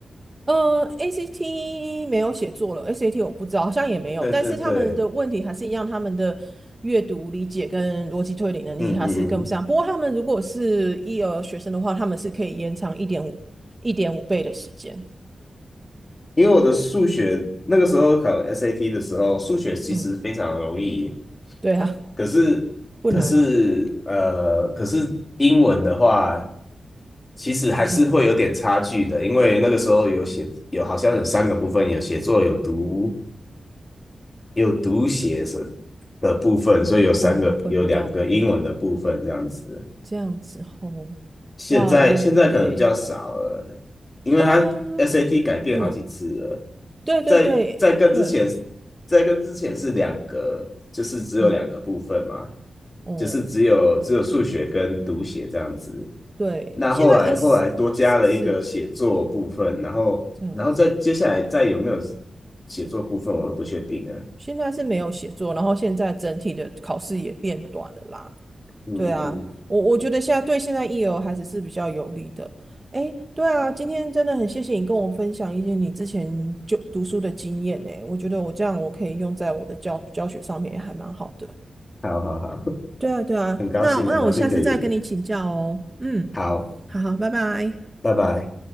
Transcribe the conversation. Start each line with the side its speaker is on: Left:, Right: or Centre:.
Right: 呃，ACT 没有写作了，SAT 我不知道，好像也没有。
Left: 对对对，
Right: 但是他们的问题还是一样，他们的阅读理解跟逻辑推理能力还是跟不上。
Left: 嗯嗯嗯，
Right: 不过他们如果是一儿学生的话，他们是可以延长一点五一点五倍的时间。
Left: 因为我的数学那个时候考 SAT 的时候，数学其实非常容易，
Right: 嗯，对啊，
Left: 可是可是呃，
Right: 不难啊。
Left: 可是英文的话，其实还是会有点差距的，
Right: 嗯，
Left: 因为那个时候有写有好像有三个部分，有写作，有读有读写什的部分，所以有三个有两个英文的部分这样子。
Right: 哦，会比较难一点。这样子吼，
Left: 现在现在可能比较少了，
Right: 哇，哦，对，
Left: 因为它
Right: 呃，
Left: SAT 改变好几次了，
Right: 嗯，对对对对，
Left: 在在更之前，在更之前是两个，就是只有两个部分嘛，
Right: 嗯，哦，
Left: 就是只有只有数学跟读写这样子。
Right: 对，
Left: 那后来后来多加了一个写作部分，
Right: 现在 S 是是
Left: 然后然后再接下来再有没有
Right: 这样子，
Left: 写作部分，我都不确定了。
Right: 现在是没有写作，然后现在整体的考试也变短了啦。
Left: 嗯嗯，
Right: 对啊，我我觉得现在对现在 EL 孩子是比较有利的。诶，对啊，今天真的很谢谢你跟我分享一些你之前就读书的经验呢，我觉得我这样我可以用在我的教教学上面，也还蛮好的。
Left: 好好好，
Right: 对啊，对啊，
Left: <laughs> 很高兴很高兴可以，
Right: 那那我下次再跟你请教哦。嗯，
Left: 好，
Right: 好好，拜拜。
Left: 拜拜。